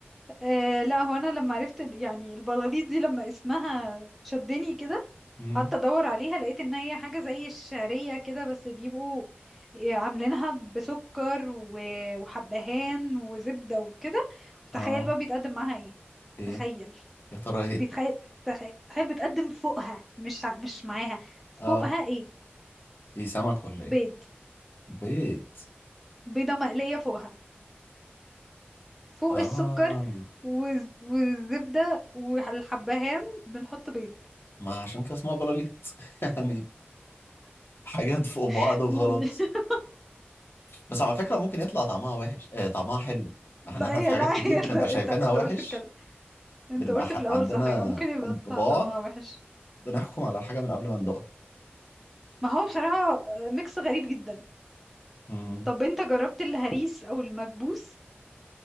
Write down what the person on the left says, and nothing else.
مم.
اه
ايه
يا ترى ايه
اه
ايه سمك ولا ايه
بيض
اه
ما عشان كده اسمها بلاليط <laughs> يعني حاجات فوق بعض
وخلاص بس على فكرة ممكن يطلع طعمها وحش آه طعمها حلو احنا
احنا
في حاجات
كتير
بنبقى
شايفينها
وحش
بنبقى
ح...
عندنا
انطباع
بنحكم على الحاجة من قبل ما ندوقها
مم.